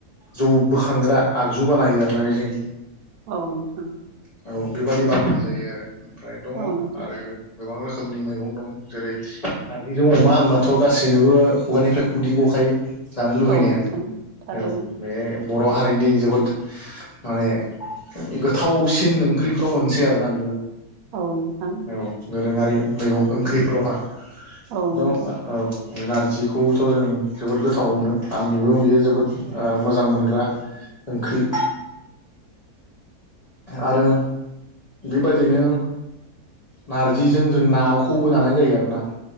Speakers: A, on the left (about 40°); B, on the right (about 75°).
A: जौ बोखांग्रा आगजु बानायो आरोना बेजों।
B: औ नोंथां।
A: औ बेबादि बानायनाय जायो आरो ओमफ्राय दङ
B: औ नोंथां औ नोंथां औ नोंथां
A: आरो गोबां रोखोमनि मैगं दं। जेरै नार्जिजों अमा होमबाथ' गासैनोबो खुगानिफ्राय खुदै गखायो। जानो लुबैनाया
B: औ नोंथां थारैनो
A: औ बे बर' हारिनि जोबोद माने गोथावसिन ओंख्रिफ्राव मोनसे आरोना बिबो।
B: औ नोंथां।
A: औ दोरोङारि मैगं ओंख्रिफोरावहा
B: औ नोंथां
A: दं ओ औ। नार्जिखौथ' जों जोबोद गोथ थावनो आंनिबो बियो जोबोद ओ मोजां मोनग्रा ओंख्रि। आरो बिबादिनो नार्जिजों जों नाखौबो जानाय जायो आरोना।